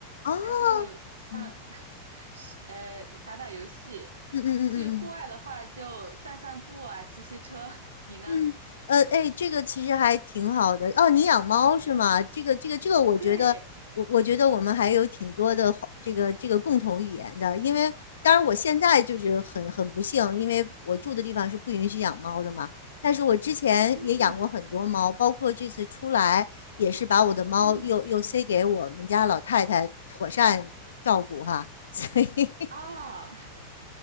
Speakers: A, on the left; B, on the right.
A: 哦，
B: 然后像
A: 嗯
B: <laughs> 是呃打打游戏。
A: 嗯嗯嗯嗯。
B: 去户外的话，就散散步啊，骑骑车。<laughs> 你呢？
A: 嗯，呃，哎，这个其实还挺好的哦。你养猫是吗？
B: 嗯，
A: 这个，这个，这个，我觉得，
B: 对，
A: 我我觉得我们还有挺多的话这个这个共同语言的。因为当然我现在就是很很不幸，因为我住的地方是不允许养猫的嘛。但是我之前也养过很多猫，
B: 嗯
A: 包括这次出来也是把我的猫又又塞给我们家老太太妥善照顾哈。
B: 嗯
A: <laughs> 所以
B: 啊 <laughs> 啊，